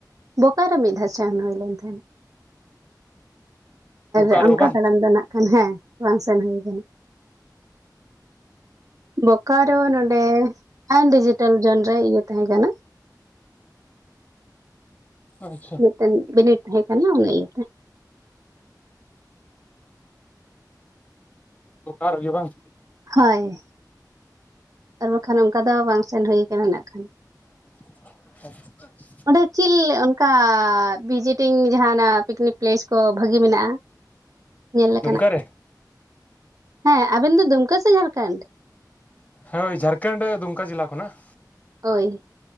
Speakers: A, on the right (about 50°); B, on the left (about 20°).
A: ᱵᱳᱠᱟᱨᱳ ᱢᱤᱫ ᱫᱷᱟᱣ ᱥᱮᱱ ᱦᱳᱭ ᱞᱮᱱ ᱛᱟᱦᱮᱸᱱᱟ᱾
B: ᱵᱳᱠᱟᱨᱳ
A: ᱟᱨ ᱚᱱᱠᱟ
B: ᱵᱟᱝ
A: ᱛᱟᱲᱟᱢ ᱫᱚ ᱱᱟᱜ ᱠᱷᱟᱱ ᱦᱮᱸ, ᱵᱟᱝ ᱥᱮᱱ ᱦᱳᱭ ᱠᱟᱱᱟ᱾ ᱵᱳᱠᱟᱨᱳ ᱱᱚᱰᱮ, ᱟᱭᱚᱱ ᱰᱤᱡᱤᱴᱮᱞ ᱡᱳᱱ ᱨᱮ ᱤᱭᱟᱹ ᱛᱟᱦᱮᱸ ᱠᱟᱱᱟ᱾
B: ᱚ ᱟᱪᱪᱷᱟ᱾
A: ᱢᱤᱫᱴᱮᱱ ᱵᱤᱱᱤᱰ ᱛᱟᱦᱮᱸ ᱠᱟᱱᱟ, ᱚᱱᱟ ᱤᱭᱟᱹᱛᱮ᱾
B: ᱵᱳᱠᱟᱨᱳ ᱜᱮ ᱵᱟᱝ?
A: ᱦᱚᱭ᱾ ᱟᱨ ᱵᱟᱠᱷᱟᱱ ᱚᱱᱠᱟ ᱫᱚ, ᱵᱟᱝ ᱥᱮᱱ ᱦᱳᱭ ᱠᱟᱱᱟ ᱱᱟᱜ ᱠᱷᱟᱱ᱾
B: <inaudible>
A: ᱚᱸᱰᱮ ᱠᱷᱤᱞ ᱚᱱᱠᱟ ᱵᱷᱤᱡᱤᱴᱤᱝ ᱡᱟᱦᱟᱸᱱᱟᱜ, ᱯᱤᱠᱱᱤᱠ ᱯᱞᱮᱥ ᱠᱚ ᱵᱷᱟᱹᱜᱤ ᱢᱮᱱᱟᱜᱼᱟ᱾ ᱧᱮᱞ ᱞᱮᱠᱟᱱᱟᱜ,
B: ᱫᱩᱢᱠᱟ ᱨᱮ
A: ᱦᱮᱸ ᱟᱵᱮᱱ ᱫᱚ ᱫᱩᱢᱠᱟᱹ ᱥᱮ ᱡᱷᱟᱲᱠᱷᱚᱸᱰ?
B: ᱦᱳᱭ ᱡᱷᱟᱲᱠᱷᱚᱸᱰ ᱫᱩᱢᱠᱟ ᱡᱮᱞᱟ ᱠᱷᱚᱱᱟᱜ᱾
A: ᱦᱳᱭ,